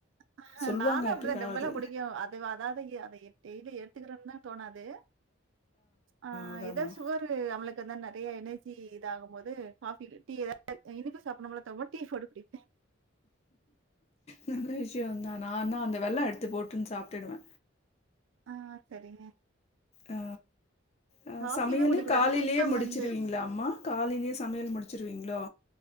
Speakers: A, on the right; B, on the left.
A: அ ஹ
B: சொல்லுவாங்க
A: நானு அப்டிதா
B: எப்பயாவது
A: ரொம்பல்லா குடிக்க அது அதாது அத டெய்லி எடுத்துக்றோன்தா தோணாது ஆ
B: அதாம்மா
A: ஏதோ சுகரு அவளுக்குந்தா நெறைய எண்ணெ டீ இதாகம் போது காஃபி டீ எதா <inaudible> இனிப்பு சாப்புன்னம் போல தோவு டீ ஃபோட்டு குடிப்பே
B: நல்ல விஷயொந்தா நானா அந்த வெல்லோ எடுத்து போட்டுன் சாப்ட்டுடுவ
A: ஆ சரிங்க
B: ஆ, ஆ
A: காஃபி
B: சமையலு
A: தான் குடிக்கக்கூடாது.
B: காலைலயே
A: பித்தம்
B: முடிச்சிருவீங்ளாம்மா
A: வந்து
B: காலைலயே சமையல் முடிச்சிருவீ ங்ளோ